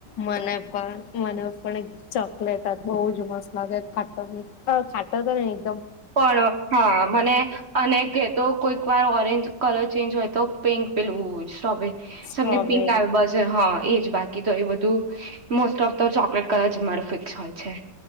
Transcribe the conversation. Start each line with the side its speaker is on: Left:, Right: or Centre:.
Left: મને પણ મને પણ એક ચોકલેટ જ બઉ જ મસ્ ત લાગે ખાટો મી ખાટો તો નહીં.
Right: પણ હા મને અને કેતો કોઈક વાર ઓરેન્જ કલર ચેન્જ હોય તો પિંક પેલું સ્ટ્રોબે
Left: સ્ટ્રોબેરી
Right: સમને પિંક આવે બસ હા એજ બાકી તો એ બધું મોસ્ટ ઓફ તો ચોકલેટ કલર જ મારો ફિક્સ હોય છે.